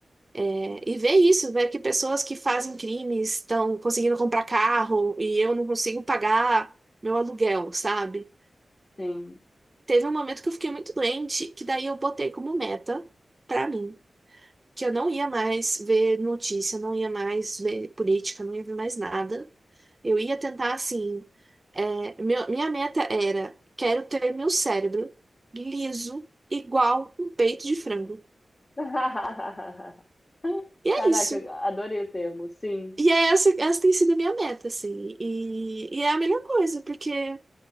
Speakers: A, on the right; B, on the left.
A: É, E ver isso, ver que pessoas que fazem crimes estão conseguindo comprar carro e eu não consigo pagar meu aluguel, sabe?
B: Sim.
A: Teve um momento que eu fiquei muito doente, que daí eu botei como meta pra mim, que eu não ia mais ver notícia, não ia mais ver política, não ia ver mais nada. Eu ia tentar assim. é, meu- minha meta era: quero ter meu cérebro liso, igual um peito de frango.
B: <laughs>
A: E é
B: Caraca,
A: isso.
B: eu adorei o termo. Sim,
A: E é essa, essa tem sido a minha meta, assim. E, e é a melhor coisa, porque